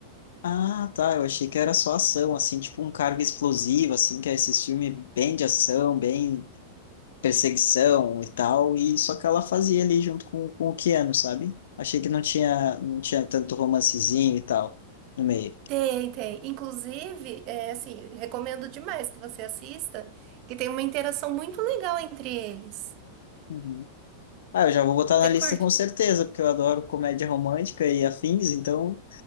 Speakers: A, on the left (about 65°); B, on the right (about 45°).
A: Ah, tá. Eu achei que era só ação, assim, tipo um cargo explosivo, assim, que é esses filmes bem de ação, bem perseguição e tal. E só que ela fazia ali junto com, com o Keanu, sabe? Achei que não tinha, não tinha tanto romancezinho e tal no meio.
B: Tem, tem. Inclusive, é assim, recomendo demais que você assista, que tem uma interação muito legal entre eles.
A: Uhum. Ah, eu já vou botar
B: Você
A: na lista
B: curte?
A: com certeza, porque eu adoro comédia romântica e afins, então.